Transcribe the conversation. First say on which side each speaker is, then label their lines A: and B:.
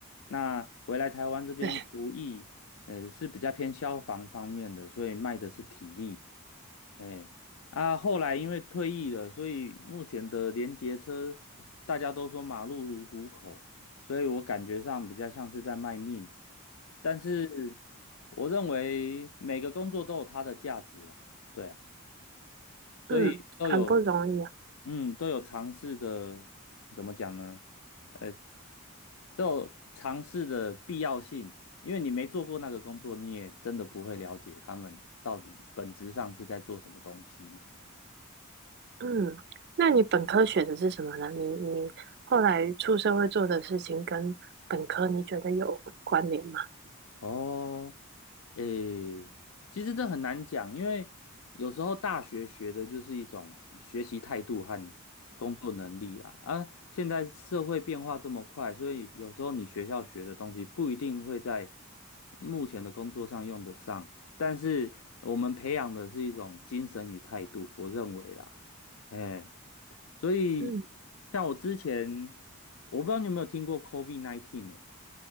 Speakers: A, on the left; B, on the right.
A: 那回来台湾这边服役，
B: 对，
A: 呃是比较偏消防方面的，所以卖的是体力。哎，啊，后来因为退役了，所以目前的联结车大家都说马路如虎口，所以我感觉上比较像是在卖命。但是我认为每个工作都有它的价值啦，对啊，所以都有，
B: 嗯，很不容易啊。
A: 嗯，都有尝试的，怎么讲呢？呃，都有尝试的必要性，因为你没做过那个工作，你也真的不会了解他们到底本质上是在做什么东西。
B: 嗯，那你本科学的是什么呢？你你后来出社会做的事情跟本科你觉得有关联吗？
A: 哦，诶，其实这很难讲，因为有时候大学学的就是一种学习态度和工作能力啦。啊，现在社会变化这么快，所以有时候你学校学的东西不一定会在目前的工作上用得上，但是我们培养的是一种精神与态度，我认为啦，哎，所以
B: 嗯
A: 像我之前，我不知道你有没有听过 COVID-19 呢？